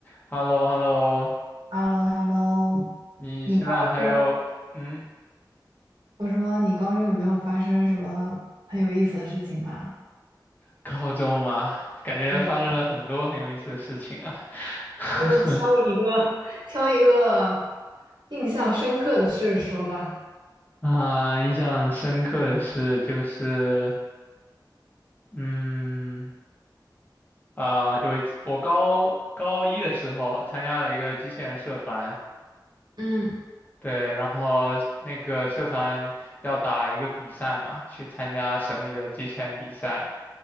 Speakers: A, on the left; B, on the right.
A: h e l l o h e l l o
B: h e l l o h e l l o
A: 你现在还有嗯
B: 你高中，我说你高中有没有发生什么很有意思的事情吗？
A: 高中吗？感觉发生了很多很有意思的事情啊。
B: 对呀
A: <laughs>
B: 就是挑一个，<laughs> 挑一个印象深刻的事说吧。
A: 啊，印象深刻的是就是嗯啊、有一次我高高一的时候参加了一个机器人社团，
B: 嗯
A: 对，然后那个社团要打一个比赛嘛，去参加省里的机器人比赛，